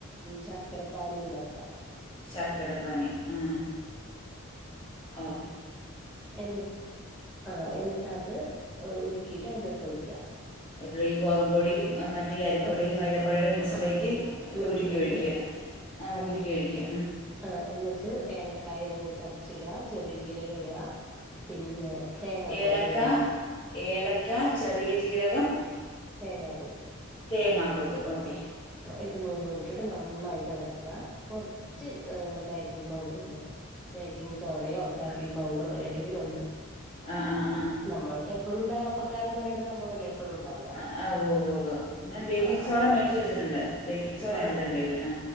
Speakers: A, in the centre; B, on the left (about 25°).
A: ശർ ചക്കര പാനി ഉണ്ടാക്കാം
B: ശർക്കര പാനി ആ ഓേകേ
A: എന്നിട്ട് ആ എന്നിട്ട് അത് ഉരുക്കിയിട്ട് അതിലേക്ക് ഒഴിക്കാം
B: ഇതിൽ ഈ ഗോതമ്പൊടി മറ്റേ അരിപ്പൊടി
A: ആ
B: മൈതപ്പൊടിയുടെ മിക്സിലേക്ക്
A: ആ
B: ഇത്
A: മിക്സിലേക്ക്
B: ഉരുക്കി ഒഴിക്കുക ആ ഉരുക്കി ഒഴിക്കുക
A: ആഹ് എന്നിട്ട് ഏലക്കായ ഒന്ന് ചതച്ചി ഇടുക ചെറിയ ജീരകം ഇടുക പിന്നെ തേങ്ങാ
B: ഏലക്ക
A: കൊത്ത് ഇടുക
B: ഏലക്ക ചെറിയ ജീരകം
A: തേങ്ങാക്കൊത്ത്
B: തേങ്ങാക്കൊത്ത് ഓക്കെ.
A: ഇത് മൂന്നും ഇട്ടിട്ട് നന്നായിട്ട് എളക്കുക, കുറച്ച് ബേക്കിംഗ് പൗഡർ ഇല്ലേ ബേക്കിംഗ് സോഡയോ ബേക്കിംഗ് പൗഡറോ ഏതെങ്കിലും ഒന്ന്,
B: ആ ആ ആ ആ
A: നമ്മളുടെ എപ്പോഴുംണ്ടാവ്വ അപ്പക്കാരന്ന് പറയുന്ന സംഭവല്ലേ എപ്പഴും ഉണ്ടാവുക.
B: മ- ആ, ഓ ഓ ഓ ഞാൻ ബേക്കിംഗ്
A: ആഹ്
B: സോഡ
A: അത് കുറച്ച്
B: മേടിച്ച് വച്ചിട്ടുണ്ട് ബേക്കിംഗ് സോഡ
A: ആഹ്
B: ഒണ്ടെന്റെല് ആ.